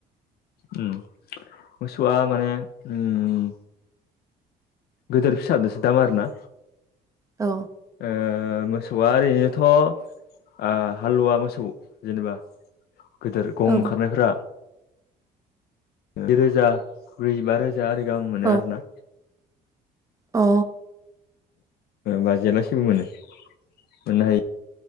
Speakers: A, on the left (about 70°); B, on the right (about 20°).
A: उम मोसौआ माने उम गेदोर फिसाजोंसो दाम आरोना।
B: औ
A: ओ मोसौआ ओरैनोथ' ओ हालुवा मोसौ जेनेबा गेदोर गं
B: औ
A: ओंखारनायफोरा जिरोजा ब्रैजिबा रोजा जा आरै गाहाम मोनो
B: औ
A: आरो ना।
B: अ
A: बाजिलासेबो मोनो मोननो हायो।